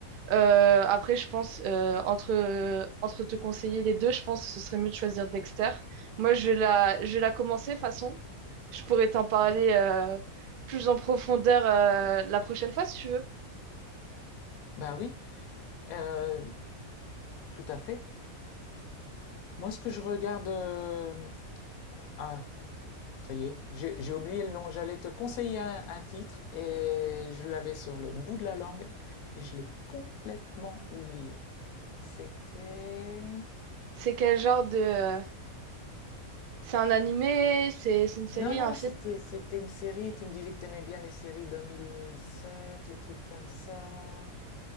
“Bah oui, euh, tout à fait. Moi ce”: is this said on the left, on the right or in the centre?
Left